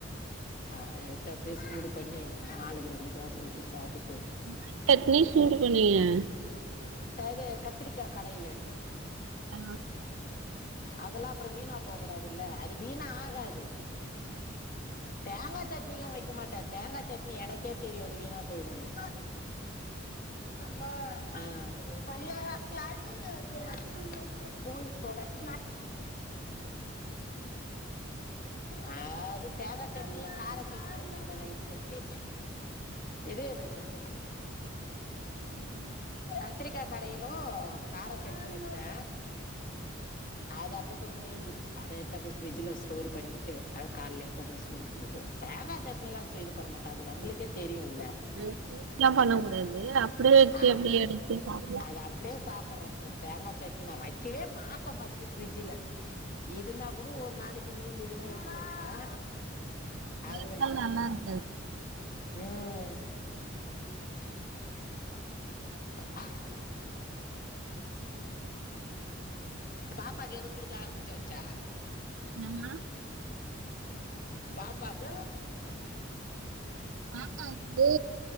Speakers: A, on the left; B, on the right.
A: அப்புறம் எத்த அப்படியே சூடு பண்ணி ஆளுக்கு ரெண்டு தோசை ஊத்தி சாப்ட்டுட்டு
B: என்னா சட்னி சூடு பண்ணியா
A: அது கத்திரிக்கா கடையிலு
B: ஆ
A: அதெல்லா அப்புறம் வீணா போக கூடாது இல்ல அது வீண ஆகாது தேங்காய் சட்னி எல்லாம் வைக்க மாட்டா தேங்கா சட்னி எனக்கே தெரியும் அது வீணா போயிடும்னு அம்மா உங்க பையன் <unintelligible> போட்டுதொல <unintelligible> அ அது தேங்கா சட்னி கார சட்னி வச்சிருந்தே நைட்டு ச்சி ரெடியா வச்சுரு
B: உம் ம்
A: கத்திரிக்காய் கடையலு கார சட்னியோ வெச்சே அது அப்டியே கொஞ்சோ மிந்தடுச்சு அத எத்து அப்டியே ஃப்ரிஜூல ஸ்டோர் பண்ணிட்டு அத கால்ல எடுத்து அப்டியே சூடு க்குவோ தேங்காய் சட்னில செய்து பண்ண மாட்டோ அது நம்பளுக்கே தெரியுல்ல
B: அது சூடுல்லா பண்ண கூடாது அப்டியே வெச்சு
A: அ-
B: எப்டியே எடுத்து சாப்ப
A: அது அப்டியே சாப்டுறது தா தேங்காய் சட்டினி நா வைக்கவே மாட்டே ஃபர்ஸ்ட்டு ஃபரிட்ஜூல இதுன்னா கூட ஒரு நாளைக்கு மீந்ததுன்னா எடுத்து வைப்பே
B: வறுத்தால்
A: அது வைக்க மாட்டேன்
B: நல்லா இருக்காது
A: உம் அ ஹா பாப்பாக்கு எதுவும் குடுக்க ஆரம்பிச்சாச்சா
B: நம்ம
A: பாப்பாக்கு
B: பாப்பாக்கு